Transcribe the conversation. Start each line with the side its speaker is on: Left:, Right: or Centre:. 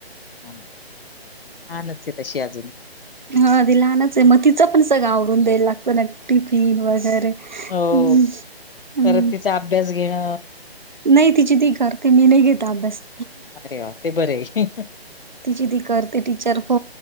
Left: हा हा नचते तशी अजून
Right: ह ती लहानच आहे मग तिचं पण सगळं आवरून द्यायला लागत ना. टिफन वगैरे हम्म,
Left: हो
Right: हम्म.
Left: परत तिचा अभ्यास घेणं
Right: नाही तिची ती करते मी नाही घेेत अभ्यास.
Left: अरे वा ते बर हे.
Right: तिची ती करते टीचर फ